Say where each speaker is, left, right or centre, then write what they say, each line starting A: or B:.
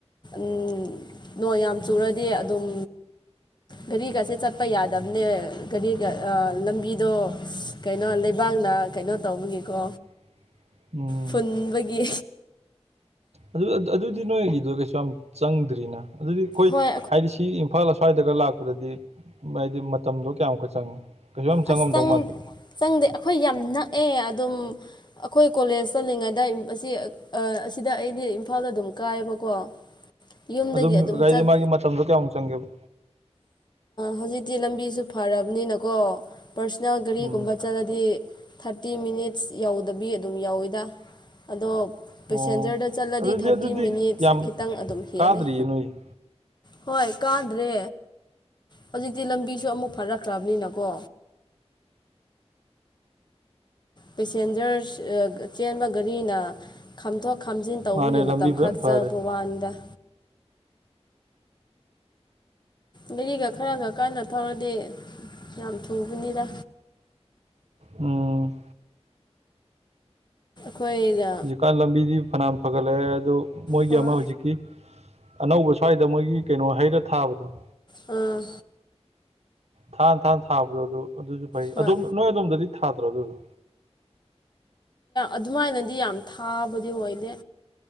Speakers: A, on the left; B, on the right.
A: ꯎ ꯅꯣꯡ ꯌꯥꯝ ꯆꯨꯔꯗꯤ ꯑꯗꯨꯝ ꯒꯥꯔꯤꯒꯁꯦ ꯆꯠꯄ ꯌꯥꯗꯕꯅꯦ ꯒꯥꯔꯤꯒ ꯂꯝꯕꯤꯗꯣ ꯀꯩꯅꯣ ꯂꯩꯕꯥꯛꯅ ꯀꯩꯅꯣ ꯇꯧꯕꯒꯤꯀꯣ
B: <inaudible> ꯎꯝ
A: ꯐꯨꯟꯕꯒꯤ
B: ꯑꯗꯨ-ꯑꯗꯨꯗꯤ ꯅꯣꯏꯒꯤꯗꯣ ꯀꯩꯁꯨ ꯌꯥꯝ ꯆꯪꯗ꯭ꯔꯤꯅ ꯑꯗꯨꯗꯤ ꯑꯩꯈꯣꯏ
A: ꯍꯣꯏ
B: ꯍꯥꯏꯗꯤ ꯁꯤ ꯏꯝꯐꯥꯜ ꯑꯁ꯭ꯋꯥꯏꯗꯒ ꯂꯥꯛꯄꯗꯗꯤ ꯍꯥꯏꯗꯤ ꯃꯇꯝꯗꯣ ꯀꯌꯥꯃꯨꯛꯀ ꯆꯪꯉꯦ ꯀꯩꯁꯨ ꯌꯥꯝ ꯆꯪꯉꯝꯗꯧ
A: ꯑꯁ ꯆꯪ
B: ꯃꯥꯟꯗꯦ
A: ꯆꯪꯗꯦ ꯑꯩꯈꯣꯏ ꯌꯥꯝ ꯅꯛꯑꯦ ꯑꯗꯨꯝ ꯑꯩꯈꯣꯏ ꯀꯣꯂꯦꯖ ꯆꯜꯂꯤꯉꯩꯗ ꯑꯁꯤ ꯑꯥ ꯑꯁꯤꯗ ꯑꯩꯗꯤ ꯏꯝꯐꯥꯜꯗ ꯑꯗꯨꯝ ꯀꯥꯏꯌꯦꯕꯀꯣ ꯌꯨꯝꯗꯒꯤ
B: ꯑꯗꯨꯝꯥꯏꯗꯤ
A: ꯑꯗꯨꯝ ꯆꯠ
B: ꯃꯥꯒꯤ ꯃꯇꯝꯗꯣ ꯀꯌꯥꯃꯨꯛ ꯆꯪꯒꯦꯕ
A: ꯍꯧꯖꯤꯛꯇꯤ ꯂꯝꯕꯤꯁꯨ ꯐꯔꯕꯅꯤꯅꯀꯣ ꯄꯔꯁꯣꯅꯦꯜ ꯒꯥꯔꯤꯒꯨꯝꯕ
B: ꯎꯝ
A: ꯆꯠꯂꯗꯤ ꯊꯥꯔꯇꯤ ꯃꯤꯅꯤꯠꯁ ꯌꯥꯎꯗꯕꯤ ꯑꯗꯨꯝ ꯌꯥꯎꯋꯤꯗ ꯑꯗꯣ ꯄꯦꯁꯦꯟꯖꯔꯗ
B: ꯑꯣ
A: ꯆꯠꯂꯗꯤ
B: ꯑꯗꯨꯗꯤ
A: ꯊꯥꯔꯇꯤ
B: ꯑꯗꯨꯗꯤ
A: ꯃꯤꯅꯤꯠꯁ
B: ꯌꯥꯝ
A: ꯈꯤꯇꯪ ꯑꯗꯨꯝ ꯍꯦꯜꯂꯦ
B: ꯀꯥꯗ꯭ꯔꯤꯌꯦ ꯅꯣꯏ
A: ꯍꯣꯏ ꯀꯥꯗ꯭ꯔꯦ ꯍꯧꯖꯤꯛꯇꯤ ꯂꯝꯕꯤꯁꯨ ꯑꯃꯨꯛ ꯐꯥꯔꯛꯈ꯭ꯔꯕꯅꯤꯅꯀꯣ ꯄꯦꯁꯦꯟꯖꯔ ꯆꯦꯟꯕ ꯒꯥꯔꯤꯅ ꯈꯥꯝꯊꯣꯛ ꯈꯥꯝꯖꯤꯟ ꯇꯧꯕꯒꯤ
B: ꯃꯥꯅꯦ
A: ꯃꯇꯝ
B: ꯂꯝꯕꯤ ꯐꯖꯅ
A: ꯈꯔ ꯆꯠꯂꯄ
B: ꯐꯔꯦ
A: ꯋꯥꯅꯤꯗ ꯃꯔꯤꯒ ꯈꯔꯒ ꯀꯥꯟꯅ ꯊꯧꯔꯗꯤ ꯌꯥꯝ ꯊꯨꯕꯅꯤꯗ
B: ꯎꯝ
A: ꯈꯣꯏꯗ
B: ꯍꯧꯖꯤꯛꯀꯥꯟ ꯂꯝꯕꯤꯗꯤ ꯐꯅꯌꯥꯝ ꯐꯒꯠꯂꯛꯑꯦ ꯑꯗꯨ ꯃꯣꯏꯒꯤ
A: ꯍꯣꯏ
B: ꯑꯃ ꯍꯧꯖꯤꯛꯀꯤ ꯑꯅꯧꯕ ꯁ꯭ꯋꯥꯏꯗ ꯃꯣꯏꯒꯤ ꯀꯩꯅꯣ ꯍꯩꯔ ꯊꯥꯕꯗꯣ
A: ꯎꯝ
B: ꯊꯥ ꯊꯥꯅ ꯊꯥꯕꯗꯣ ꯑꯗꯨ ꯑꯗꯨꯁꯨ ꯐꯩ
A: ꯍꯣꯏ
B: ꯑꯗꯣꯝ ꯅꯣꯏ ꯑꯗꯣꯝꯗꯗꯤ ꯊꯥꯗ꯭ꯔꯣ ꯑꯗꯨꯗꯣ
A: ꯑꯗꯨꯃꯥꯏꯅꯗꯤ ꯌꯥꯝ ꯊꯥꯕꯗꯤ ꯑꯣꯏꯗꯦ